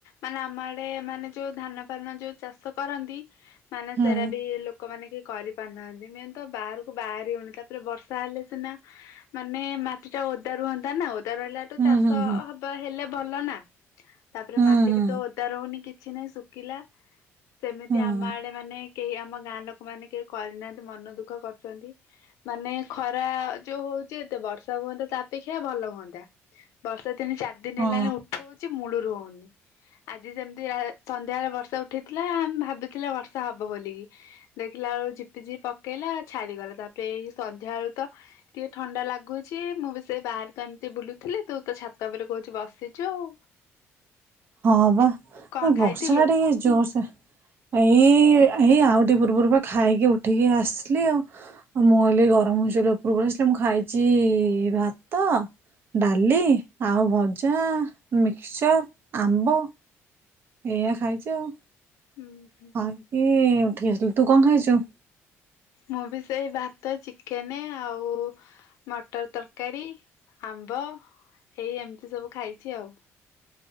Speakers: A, on the left (about 80°); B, on the right (about 45°).
A: ମାନେ ଆମ ଆଡେ ମାନେ ଯୋଉ ଧାନ ଫାନ ଯୋଉ ଚାଷ କରନ୍ତି। ମାନେ
B: ହୁଁ
A: ସେରା ବି ଲୋକମାନେ କି କରିପାରୁନାହାନ୍ତି ମେନ୍ ତ ବାହାରକୁ ବାହାରି ହଉନି। ତାପରେ ବର୍ଷା ହେଲେ ସିନା ମାନେ ମାଟି ଟା ଓଦା ରୁହନ୍ତା ନା ଓଦା ରହିଲାଠୁ
B: ହୁଁ
A: ଚାଷ
B: ହୁଁ ହୁଁ
A: ହବ ହେଲେ ଭଲ ନା। ତାପରେ
B: ହୁଁ
A: ମାଟି
B: ହୁଁ
A: ବି ତ ଓଦା ରହୁନି କି କିଛି ନାହିଁ ଶୁଖିଲା। ସେମିତି
B: ହୁଁ
A: ଆମ ଆଡେ ମାନେ କେହି ଆମ ଗାଁ ଲୋକମାନେ କେହି କରିନାହାନ୍ତି ମନ ଦୁଃଖ କରୁଛନ୍ତି। ମାନେ ଖରା ଯୋଉ ହଉଛି ଏତେ ବର୍ଷା ହୁଅନ୍ତା ତା ଅପେକ୍ଷା ଭଲ ହୁଅନ୍ତା। ବସ୍ ତ ତିନି ଚାରି ଦିନ
B: ହଁ
A: ହେଲାଣି ଉଠଉଛି ମୁଳୁ ରହୁନି ଆଜି ଯେମିତି ଆ ସନ୍ଧ୍ୟା ବଳେ ବର୍ଷା ଉଠେଇଥିଲା ଆମେ ଭାବିଥିଲେ ବର୍ଷା ହବ ବୋଲିକି। ଦେଖିଲା ବେଳୁ ଝିପିଝିପି ପକେଇଲା ଛାଡିଗଲା। ତାପରେ ଏଇ ସନ୍ଧ୍ୟା ବେଳୁ ତ ଟିକେ ଥଣ୍ଡା ଲାଗୁଛି ମୁଁ ବି ସେ ବାହାରକୁ ଏମିତି ବୁଲୁଥିଲି। ତୁ ତ ଛାତ ଉପରେ କହୁଛୁ ବସିଛୁ ଆଉ
B: ହଁ ବା
A: କଣ
B: ବର୍ଷା
A: ଖାଇଥିଲୁ?
B: ଟା ଟିକେ ଜୋରସେ ଏଇ ଏଇ ଆଉ ଟିକେ ପୂର୍ବରୁ ବା ଖାଇକି ଉଠିକି ଆସିଲି ଆଉ। ମୁଁ ହେଲି ଗରମ ହେଉଛି ଉପରକୁ ପଳେଇ ଆସିଲ। ମୁଁ ଖାଇଛି ଭାତ, ଡାଲି, ଆଉ ଭଜା, ମିକ୍ସଚର ଆମ୍ବ ଏଆ ଖାଇଛି ଆଉ
A: ହୁଁ ହୁଁ।
B: ବାକିି ଉଠି ଆସ୍ କି ତୁ କଣ ଖାଇଛୁ?
A: ମୁଁ ବି ସେଇ ଭାତ, ଚିକେନ ଆଉ ମଟର ତରକାରୀ, ଆମ୍ବ ଏଇ ଏମିତି ସବୁ ଖାଇଛି ଆଉ